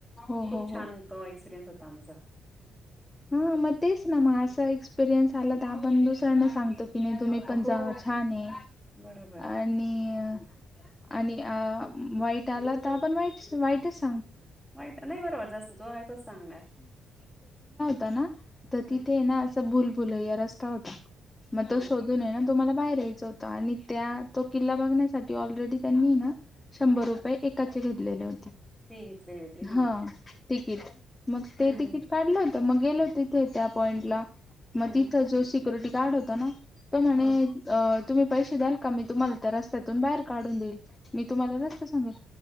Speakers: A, on the left (about 20°); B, in the centre.
A: हो
B: खूप
A: हो
B: छान
A: हो
B: तो एक्सपिरयन्स होत तांजा
A: हं म तेच ना म असा एक्सपिरियन्स आला त आपण दुसयांना सांगतो. तिने तुम्ही
B: हो,
A: पन जा छाने,
B: बरोबर.
A: आणि आणि अं वाईट आला त आपण वाईट्स वाईटस
B: वाईट नाही बरोब जस् जो आहे तोच सांगणार.
A: तनं त
B: हं,
A: तिथे एना असं बुल भुलैया रस्ता होता. म
B: हां.
A: तो शोधून एना तो मला बाहेर यायचा होता, आणि त्या तो किल्ला बघण्यासाठी ऑलरेडी त्यांनी ना शंभर रुपये एकाचे घेतलेले होते.
B: फी घेतलेली होती
A: हा
B: हां.
A: तिकीट मग
B: हं,
A: ते
B: हं,
A: तिकीट काढल? तर मग गेलो तिथे त्या पॉइंट ला मद
B: हं.
A: तिथं जोशीक सिक्युरटी गार्ड होता ना? त म्हण
B: हां.
A: अ तुमी पैसे द्याल कमी तुम्हाला तर रस्त्यातून बाहेर काढून देईल. मी तुम्हाला रस्त सांगेल